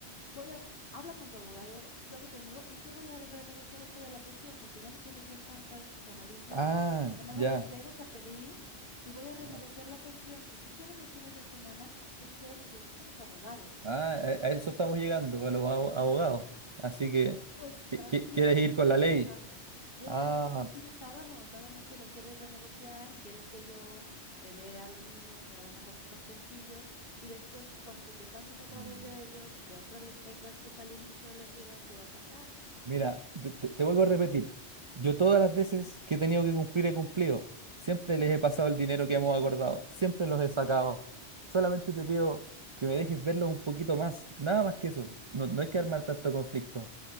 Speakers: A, on the left; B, on the right.
A: voy a, habla con tu abogado, yo hablo conmigo y yo voy a renegociar esto de la pensión porque ya me tiene bien cansada tus llamaditas,
B: ah,
A: donde nada
B: ya,
A: más llegas a pedir y voy a renegociar
B: ya.
A: la pensión. Si tú quieres los fines de semana, pues si quieres nos vemos con los abogados.
B: Ah, a, a eso estamos llegando, a los abo- abogados, así que,
A: Pues
B: ¿qué-
A: así
B: qué- ¿quieres
A: parece
B: ir con
A: que lo
B: la
A: estás
B: ley?
A: dejando. Claro,
B: Ah.
A: pues así ya estábamos, nada más que lo quieres renegociar y quieres que yo te dé a los niños nada más a tu contentillo y después cuando te canses otra
B: mm.
A: vez de ellos y que otra vez tengas que salir mucho de la ciudad, ¿qué va a pasar?
B: Mira, te, te- te vuelvo a repetir, yo todas las veces que he tenido que cumplir he cumplido, siempre les he pasado el dinero que hemos acordado, siempre los he sacado, solamente te pido que me dejes verlos un poquito más, nada más que eso, no, no hay que armar tanto conflicto,